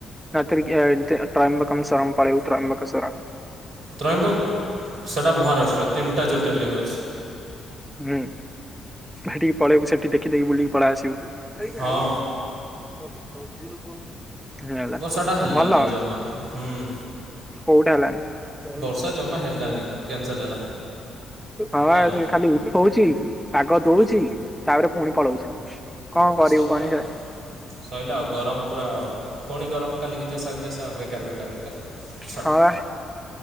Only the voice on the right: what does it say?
ତ୍ରୟମ୍ବକ ସେଟା ମହାରାଷ୍ଟ୍ରରେ ତିନଟା ଜ୍ୟୋତିର୍ଲିଙ୍ଗ ଅଛି।
ହଁ
ବର୍ଷାଟା ହେଲାନି
ଜମା ହୁଁ
ବର୍ଷା ଜମା ହେଲାନି କ୍ୟାନସଲ୍ ହେଲା
ନାଇଁ
ସଇଲା
ଆଉ
ସଇଲା ଆଉ ଗରମ ପୁରା ପୁଣି ଗରମ କାଲିକି ଯେସା କୁ ତେସା ବେକାର ବେକାର ବେକାର ଛାଡ଼